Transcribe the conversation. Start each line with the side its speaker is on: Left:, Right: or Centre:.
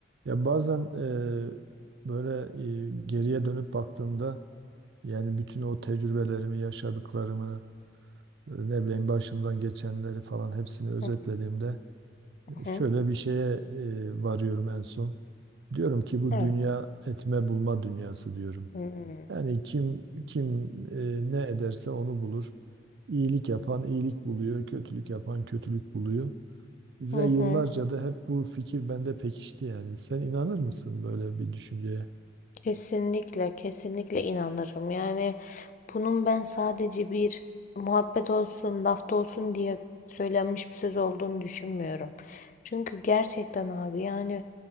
Right: Ya bazen eee, böyle eee, geriye dönüp baktığımda yani bütün o tecrübelerimi, yaşadıklarımı, e, ne bileyim başımdan geçenleri falan hepsini özetlediğimde
Left: Hı
Right: e,
Left: hı.
Right: şöyle bir şeye e, varıyorum en son. Diyorum ki bu
Left: Evet.
Right: dünya etme bulma dünyası diyorum.
Left: Hmm.
Right: Yani kim kim e, ne ederse onu bulur. İyilik yapan iyilik buluyor, kötülük yapan kötülük buluyor. Ve
Left: Hı
Right: yıllarca
Left: hı.
Right: da hep bu fikir bende pekişti yani. Sen inanır mısın böyle bir düşünceye?
Left: Kesinlikle, kesinlikle inanırım. Yani bunun ben sadece bir muhabbet olsun, lafta olsun diye söylenmiş bir söz olduğunu düşünmüyorum. Çünkü gerçekten abi yani